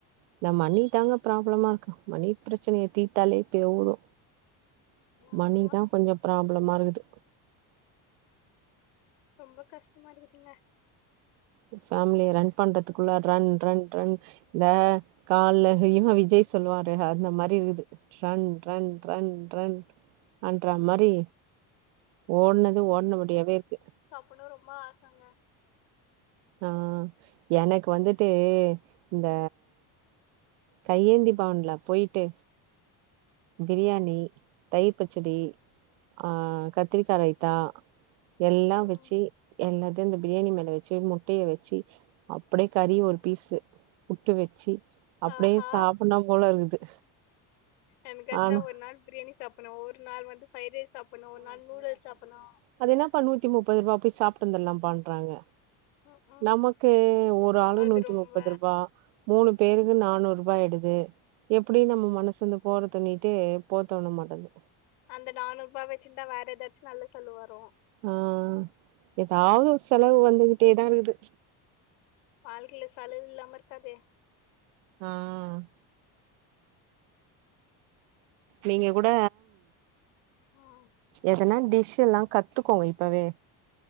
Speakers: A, on the right; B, on the left.
A: இந்த மணிதாங்க ப்ராப்ளமா இருக்கு மணி பிரச்சனைய தீ்த்தாலே போது
B: அதுதா
A: மணிதா கொஞ்சோ ப்ராப்ளமா இருக்குது
B: ரொம்ப கஷ்டமா இருக்குதுங்க
A: ஒரு ஃபேமிலிய ரன் பண்றதுக்குள்ள ரன் ரன் ரன் இந்த கால்ல இவன் விஜய் சொல்லுவாரு அந்த மாரி இருக்குது ரண் ரண் ரண் ரண் அன்ற மாரி ஓடுனது ஓடுன படியாவே இருக்கு
B: போனு ரொம்ப ஆசங்க
A: ஆ எனக்கு வந்துட்டு இந்த கையேந்தி பவன்ல போயிட்டு பிரியாணி,
B: ம்
A: தயிர் பச்சடி ஆ கத்திரிக்கா ரைதா எல்லா
B: ம்
A: வெச்சு என்னது அப்டி இந்த பிரியாணி மேல வச்சு முட்டைய வச்சு அப்டியே கறி ஒரு பீஸ்சு புட்டு வச்சு அப்டியே
B: ஆஹா
A: சாப்னு போல இருக்குது
B: எனக்கு அதா
A: ஆனா
B: ஒரு நாள் பிரியாணி சாப்னு ஒரு நாள் வந்து ஃப்ரைட் ரைஸ் சாப்னு ஒரு நாள் நூடுல்ஸ் சாப்னு
A: அதென்னப்பா நூத்தி முப்பது ரூபா போய் சாப்ட்டு வந்தரலாப்பான்றாங்க
B: ம் ம்
A: நமக்கு ஒரு ஆளுகு
B: அது
A: நூத்தி
B: ரொம்ப
A: முப்பது ரூபா மூணு பேருக்கு நானூறு ரூபா ஆயிடுது எப்டி நம்ம மனஸ்ந்து போறதுண்ட்டு போத்தோனமாட்டுது
B: அந்த நானூறு ரூபா வச்சுந்தா வேற ஏதாச்சு நல்ல செல்வு வரு
A: ம் ஏதாவது ஒரு செலவு வந்துகிட்டேதா இருக்குது
B: வாழ்க்கையில செலவு இல்லாம இருக்காதே
A: ம் நீங்க கூட
B: ம்
A: எதனா டிஷ் எல்லா கத்துக்கோங்க இப்பவே